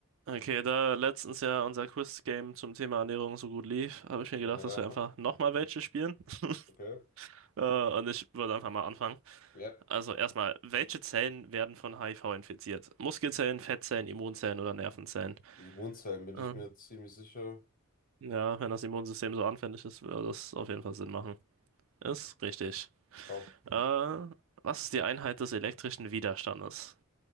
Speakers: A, on the right; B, on the left.
A: Okay, da letztens ja unser Quiz-Game zum Thema Ernährung so gut lief, habe ich mir gedacht,
B: Ja,
A: dass wir einfach nochmal welche spielen. <laughs>
B: okay.
A: Äh, und ich würde einfach mal anfangen.
B: Ja.
A: Also erstmal, welche Zellen werden von HIV infiziert? Muskelzellen, Fettzellen, Immunzellen oder Nervenzellen?
B: Immunsheim bin
A: Ähm,
B: ich mir ziemlich sicher.
A: ja, wenn das Immunsystem so anfällig ist, würde das auf jeden Fall Sinn machen. Ist richtig.
B: Pap
A: Äh, was ist die Einheit des elektrischen Widerstandes?